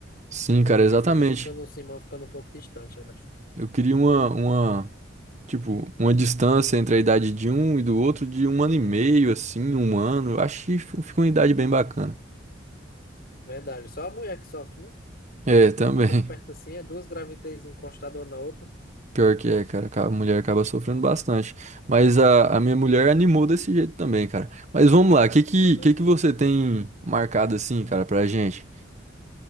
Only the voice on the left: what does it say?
Aí
ainda ficando os irmãos ficando um pouco distante, eu acho.
Verdade. Só a mulher que sofre, né?
Que tão
perto assim, é duas gravidez encostadas uma na outra.
Foi mesmo.